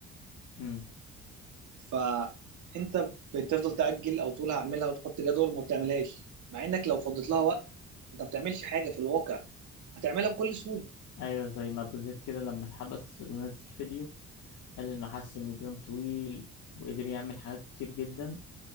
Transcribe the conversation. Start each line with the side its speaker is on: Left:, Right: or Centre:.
Left: مم.
Right: فانت بتفضل تاجل او تقول هعملها وتحط جدول وما بتعملهاش مع انك لو فضيت لها وقت انت ما بتعملش حاجه في الواقع هتعملها بكل سهوله
Left: ايوه زي ما ابو زيد كده لما اتحبس ونزل فيديو قال انه حس ان اليوم طويل وقدر يعمل حاجات كتير جدا